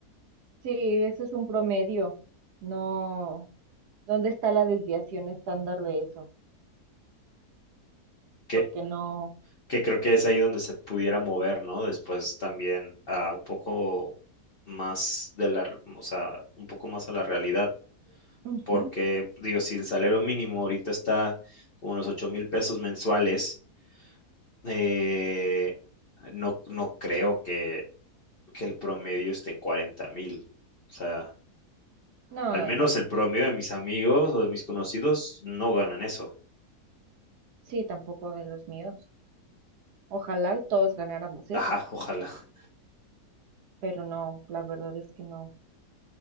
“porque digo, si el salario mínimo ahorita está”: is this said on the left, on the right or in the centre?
Left